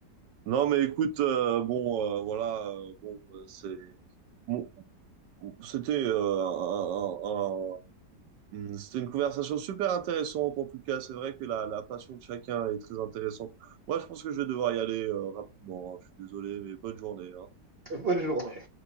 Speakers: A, on the right; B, on the right.
A: Non, mais écoute, euh, bon, euh, voilà, euh, bon, euh, c'est. bon, C'était euh, un- un- un- c'était une conversation super intéressante en tout cas. C'est vrai que la, la passion de chacun est très intéressante. Moi, je pense que je vais devoir y aller euh, rapidement. hein. Je suis désolé, mais bonne journée. hein.
B: <laughs> Bonne journée.